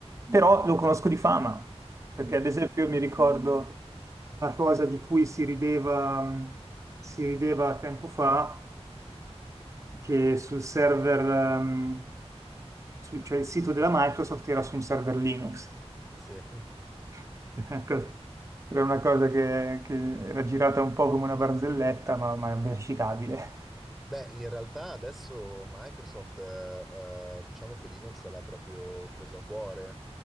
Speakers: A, on the right; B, in the centre.
A: Però lo conosco di fama, perché
B: Mm,
A: ad esempio mi ricordo una cosa di cui si rideva, si rideva tempo fa, che sul server ehm, su- cioè il sito della Microsoft era su un server Linux.
B: sì. <laughs>
A: <laughs> Ecco, Era una cosa che, che era girata un po' come una barzelletta, ma, ma verificabile. <laughs>
B: Beh, in realtà adesso Microsoft, eh, eh, diciamo che Linux l'ha proprio preso a cuore,